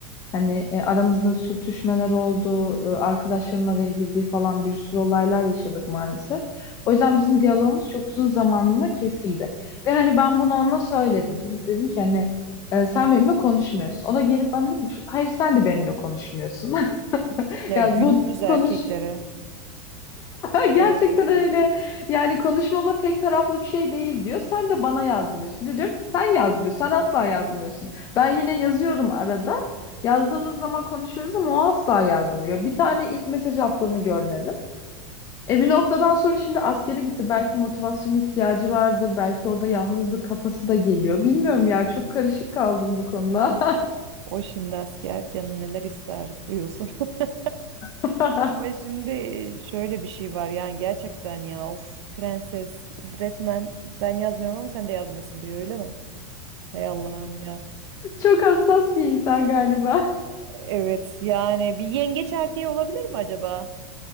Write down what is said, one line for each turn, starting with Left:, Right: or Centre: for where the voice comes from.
Left: Hani e, aramızda sürtüşmeler oldu, e, arkadaşların araya girdiği falan bir sürü olaylar yaşadık maalesef. O yüzden bizim diyalogumuz çok uzun zamanla kesildi. Ve hani ben bunu ona söyledim. Gidip dedim ki hani e, sen benimle konuşmuyorsun. O da gelip bana dedi ki hayır sen de benimle konuşmuyorsun. <laughs>
Right: Ya
Left: Ya
Right: günümüz
Left: bu
Right: erkeklere
Left: konuş <laughs> Gerçekten
Right: gerçekten
Left: öyle. Yani konuşmama tek taraflı bir şey değil diyor. Sen de bana yazmıyorsun. De diyorum ki sen yazmıyorsun. Sen asla yazmıyorsun. Ben yine yazıyorum arada. Yazdığımız zaman konuşuyoruz ama o asla yazmıyor. Ya Bir tane ilk mesaj attığını görmedim. E bir noktadan sonra şimdi askere gitti. Belki motivasyona ihtiyacı vardır. Belki orada yalnızdır. Kafası da geliyor. Bilmiyorum ya. Çok karışık kaldım bu konuda.
Right: o şimdi asker canı neler ister diyorsun. <laughs>
Left: <laughs>
Right: Ama şimdi e, şöyle bir şey var yani gerçekten ya of prenses resmen ben yazmıyorum ama sen de yazmıyorsun diyor öyle mi? Hey Allah'ım ya.
Left: Çok hassas bir insan galiba.
Right: E, Evet yani bir yengeç erkeği olabilir mi acaba?